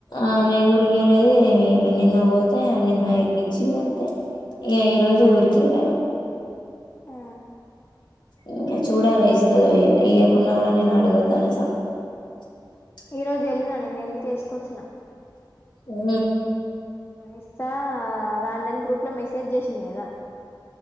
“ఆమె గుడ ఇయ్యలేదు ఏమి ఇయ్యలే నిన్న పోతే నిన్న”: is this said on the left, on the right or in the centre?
Left